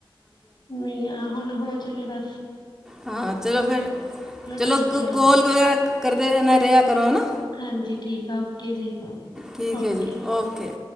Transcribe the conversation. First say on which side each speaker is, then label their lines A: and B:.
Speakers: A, on the left; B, in the centre.
A: ਨਈ ਆ ਹੋਣ ਹੋ ਚੱਲੇ ਬੱਸ।
B: ਹਾਂ ਚਲੋ ਫੇਰ ਚਲੋ
A: ਠੀਕ
B: ਕ
A: ਆ।
B: ਕੋਲ ਗਗੈਰਾ ਕਰਦੇ ਰੇਣਾ ਰੇਆ ਕਰੋ ਹਨਾ।
A: ਹਾਂਜੀ ਠੀਕ ਆ ਓਕੇ ਜੀ,
B: ਠੀਕ
A: ਓਕੇ।
B: ਹੈ ਜੀ ਓਕੇ